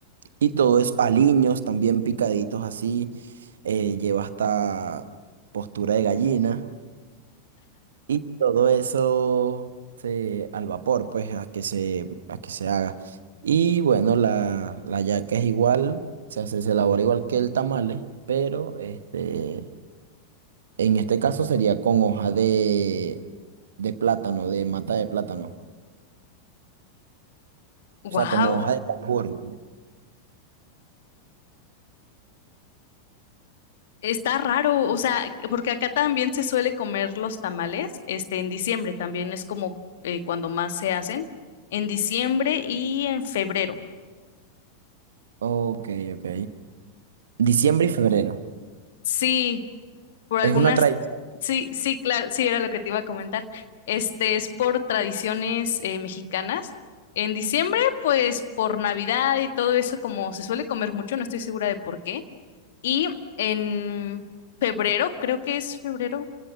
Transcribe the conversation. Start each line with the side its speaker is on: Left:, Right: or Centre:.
Right: y todo eso, aliños también picaditos así. eh, lleva hasta postura de gallina. Y todo eso se, al vapor, pues, a que se, a que se haga. Y bueno, la, la yaca es igual, se hace, se elabora igual que el tamale, pero este, en este caso sería con hoja de, de plátano, de mata de plátano.
Left: Wow,
Right: O sea, como hoja de Ah, cambur.
Left: está raro, o sea, porque acá también se suele comer los tamales, este, en diciembre también es como eh, cuando más se hacen, en diciembre y en febrero.
Right: Ok, ok. Diciembre y febrero.
Left: Sí, por algunas,
Right: Es una tradición.
Left: sí, sí, claro, sí, era lo que te iba a comentar. Este es por tradiciones eh, mexicanas. En diciembre, pues por Navidad y todo eso, como se suele comer mucho, no estoy segura de por qué. Y en febrero, creo que es febrero.